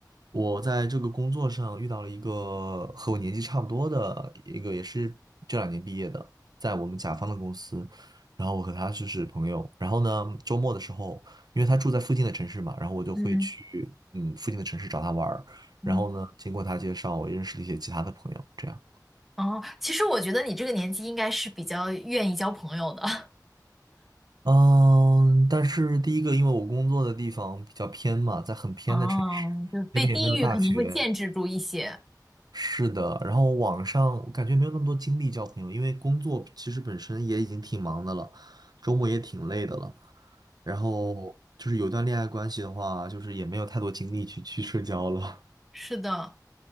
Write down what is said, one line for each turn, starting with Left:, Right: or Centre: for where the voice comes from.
Right: 我在这个工作上遇到了一个和我年纪差不多的一个，也是这两年毕业的，在我们甲方的公司。然后我和他就是朋友。然后呢，周末的时候，因为他住在附近的城市嘛，然后我就会去嗯附近的城市找他玩儿然后呢，
Centre: 嗯嗯。
Right: 经过他介绍，我也认识了一些其他的朋友，这样。
Centre: 哦，其实我觉得你这个年纪应该是比较愿意交朋友的。<laughs>
Right: 嗯，但是第一个，因为我工作的地方比较偏嘛，在很偏的城市，
Centre: 哦，就被地域可能会限制住一些。
Right: 那边也没有大学。是的，然后网上我感觉没有那么多精力交朋友，因为工作其实本身也已经挺忙的了，周末也挺累的了。然后就是有段恋爱关系的话，就是也没有太多精力去去社交了。
Centre: 是的。